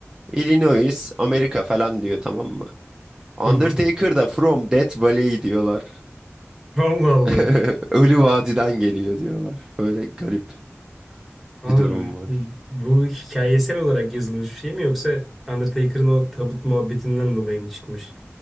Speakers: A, on the right; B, in the centre.
A: Illinois, Amerika falan diyor tamam mı? Undertaker
B: Hı hı.
A: da From Death Valley diyorlar.
B: Allah Allah.
A: <laughs> Ölü vadiden geliyor diyorlar. Böyle garip.
B: Valla
A: bir durum
B: böyle-
A: var.
B: bu, bu hikayesel olarak yazılmış bir şey mi yoksa Undertaker'ın o tabut muhabbetinden dolayı mı çıkmış?